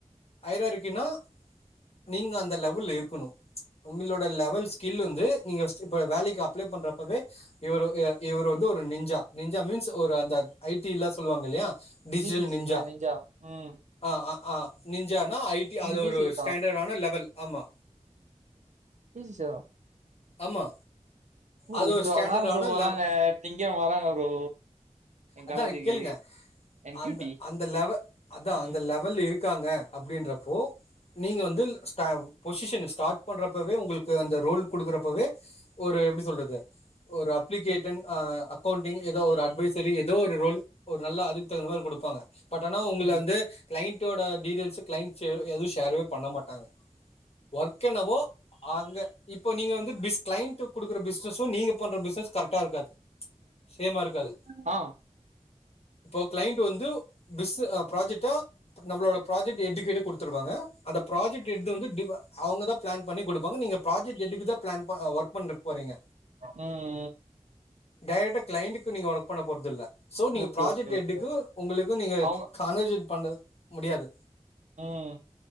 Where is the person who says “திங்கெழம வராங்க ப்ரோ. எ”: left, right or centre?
Right